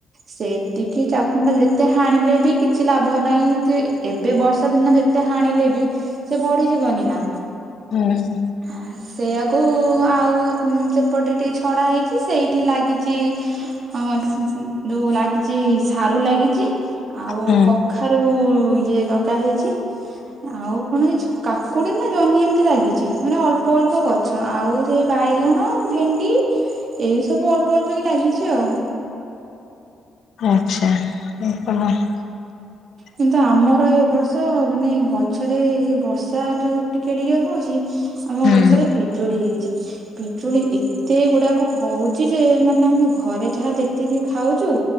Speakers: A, on the right (about 50°); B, on the left (about 65°).
A: ସେତିକି ଚାଖୁଣ୍ଡା ଯେ ଯେତେ ହାଣିଲେ ବି କିଛି ଲାଭ ନାହିଁ ଯେ ଏବେ ବର୍ଷା ଦିନ ଯେତେ ହାଣିଲେ ବି ସିଏ ବଢିଯିବନି ନା?
B: ହୁଁ।
A: ହ ସେଇଆକୁ ଆଉ ସେପଟରେ ଟିକେ ଛଡା ହେଇଛି ସେଇଠି ଲାଗିଛି ହଁ ଯୋଉ ଲାଗିଛି ସାରୁ ଲାଗିଛି ଆଉ
B: ହୁଁ
A: କ କଖାରୁ ଇଏ ଲଗା ହେଇଛି ଆଉ କଣ ହେଇଛି କାକୁଡି ନା ଜହ୍ନି ଏମିତି ଲାଗିଛି ମାନେ ଅଳ୍ପ ଅଳ୍ପ ଗଛ ଆଉ ସେ ବାଇଗଣ ଭେଣ୍ଡି। ଏଇ ସବୁ ଅଳ୍ପ ଅଳ୍ପ କି ଲାଗିଛି ଆଉ।
B: ଆଛା ଆଉ କଣ ହ <inaudible>
A: କିନ୍ତୁ ଆମର ଏ ବର୍ଷ ମାନେ ଗଛରେ ଏ ବର୍ଷା ଯୋଉ ଟିକେ ଟିକେ ହଉଛି। ଆମ
B: ହୁଁ
A: ଗଛରେ ପିଜୁଳି ହେଇଛି ପିଜୁଳି ଏ ତେ ଗୁଡାକ ହଉଛି ଯେ ମାନେ ଆମେ ଘରେ ଯାହା ଯେତିକି ଖାଉଛୁ।